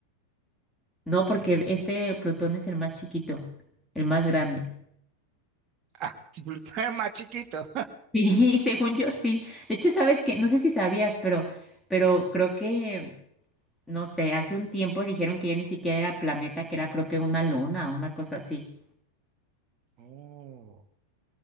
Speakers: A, in the centre; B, on the right.
A: No, porque
B: Eh,
A: este Plutón es el más chiquito, el más grande.
B: <laughs> Pluto es más chiquito.
A: Sí, <laughs> según yo sí. De hecho, sabes que, no sé si sabías, pero, pero creo que No sé, hace un tiempo dijeron que ya ni siquiera era planeta, que era creo que una luna, una cosa así.
B: Oh.